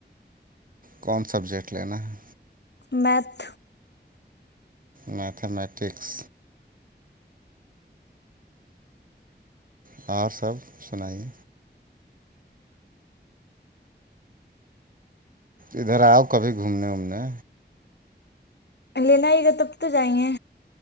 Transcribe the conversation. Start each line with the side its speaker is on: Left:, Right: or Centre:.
Right: کون سبجیکٹ لینا ہے
Left: میت
Right: میتھمیٹکس اور سب سنائیے ادھر آؤ کبھی گھومنے وومنے
Left: لینا ہی گا تب تو جائیں گے